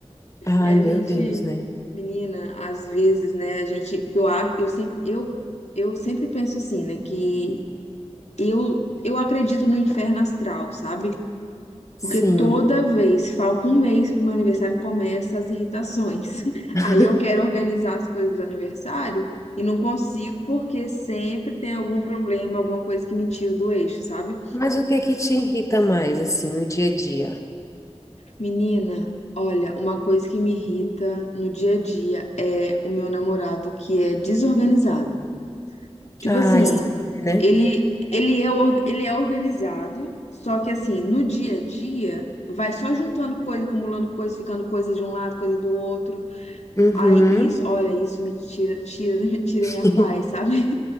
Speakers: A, on the left (about 30°); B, on the left (about 80°).
A: Ai,
B: E a
A: meu
B: gente,
A: Deus, né?
B: menina, às vezes, né, a gente, eu acho, eu sempre, eu, eu sempre penso assim, né, que eu, eu acredito no inferno astral, sabe?
A: Sim.
B: Porque toda vez, falta um mês pro meu aniversário, começa as irritações. <laughs>
A: <laughs>
B: Aí eu quero organizar as coisas do aniversário e não consigo porque sempre tem algum problema, alguma coisa que me tira do eixo, sabe?
A: Mas o que é que te irrita mais, assim, no dia a dia?
B: Menina, olha, uma coisa que me irrita no dia a dia é o meu namorado que é desorganizado. Tipo
A: Ai,
B: assim,
A: sempre, né?
B: ele, ele é, or- ele é organizado, só que assim, no dia a dia, vai só juntando coisa, acumulando coisa, ficando coisa de um lado, coisa do outro.
A: Uhum.
B: Aí isso, olha, isso me tira, tira, <laughs> tira
A: <laughs>
B: minha paz, sabe?